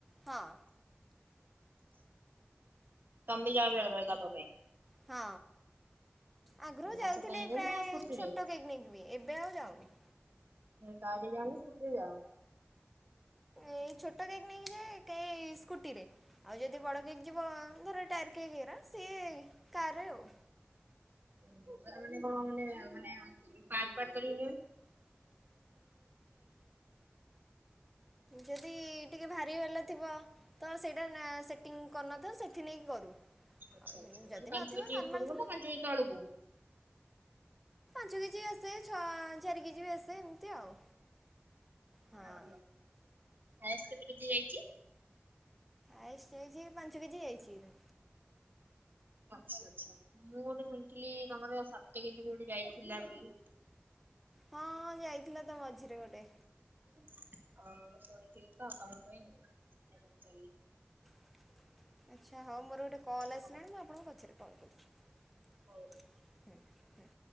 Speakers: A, in the centre; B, on the right.
A: ହଁ।
B: କମ ଯା ବେଳେ ବେଲେ ଦବା ପାଇଁ ପାଇଁ।
A: ହଁ। ଆଗରୁ ଯାଉଥିଲି
B: ଆଚ୍ଛା କାରରେ
A: ପ୍ରାୟ
B: ନା ସ୍କୁଟିରେ
A: ଛୋଟ ପିକନିକ ବି ଏବେ ଆଉ ଯାଉନି।
B: କାର ଯ ନା ସ୍କୁଟର ଯାଅ?
A: ଏଇ ଛୋଟ କୋଇକ୍ ନେଇକ ଯେ କେ ସ୍କୁଟି ରେ ଆଉ ଯଦି ବଡ କୋଇକ୍ ଯିବ ଧର ଟାୟାର କେକ୍ ହେରା। ସିଏ କାରରେ ଆଉ।
B: ହୁଁ ହୁଁ ହୁଁ ହ। ଣ ଏକାେ କରଡ।
A: ଯଦି ଟିକେ ଭାରି ବାଲା ଥିବ ତ ସେ ସେଂ କରିନଥା ସେଠ ନେଇକି କରୁ।
B: ଆଛା
A: ଆଉ
B: ଆଛା
A: ଯଦି
B: ମାନେ ପାଞ୍ଚ
A: ନଥିବ
B: କେଜି
A: ନର୍ମାଲ
B: ଉପରବୁ
A: ଥିବ
B: ନା ପାଞ୍ଚ କେଜି ତଳକୁ?
A: ପାଞ୍ଚ କେଜି ବି ଆସେ ଛ ଚାରି କେଜି ବି ଆସେ ଏମିତି ଆଉ। ହଁ।
B: ଭଲ ହାଏଷ୍ଟ କେତେ କେଜି ଯାଇଛି?
A: ଆଚି ପଞ୍ଚକେଜୀ ଯାଇଛିି।
B: ଆଛା ଆଛା ମୁଁ ଗୋଟେ ଶୁଣିଥିଲି ତମର ସପ୍ତକ ଯ ଗୋଟେ ଯାଇଥିଲା ବୋଲି।
A: ହଁ ଯାଇଥିଲା ତା ମଝିରେ ଗୋଟେ।
B: <unintelligible>
A: <inaudible> ଆଚ୍ଛା ହଉ ମୋର ଗୋଟେ କଲ୍ ଆସିଲାଣି
B: ହଉ
A: ମୁଁ ଆପଣଙ୍କୁ ପଛରେ କଲ୍ କରଛି।
B: ହଉ।
A: ହୁଁ ହୁଁ।